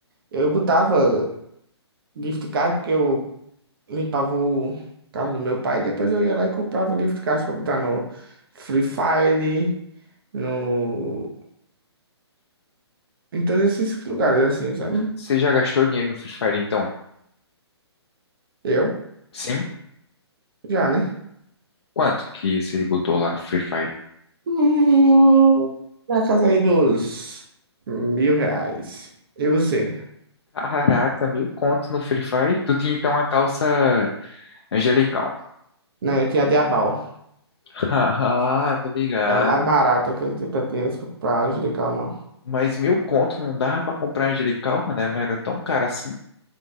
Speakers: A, on the right; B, on the left.
A: Eu botava gift card porque eu limpava o carro do meu pai, depois eu ia lá e comprava gift cards pra botar no Free Fire, no... em todos esses lugares, assim, sabe?
B: você já gastou dinheiro no Free Fire, então?
A: Eu,
B: Sim?
A: já, né?
B: Quanto que você botou lá no Free Fire?
A: Hum, na casa aí dos mil reais. E você?
B: Caraca, mil conto no Free Fire? Tu tinha então a calça angelical.
A: Não, eu tinha a Diabal.
B: <laughs> Ah, tô ligado.
A: Era mais barata, que eu não tinha tanto dinheiro assim pra comprar Angelical, não.
B: Mas mil conto não dava pra comprar angelical, mano, ela era tão cara assim.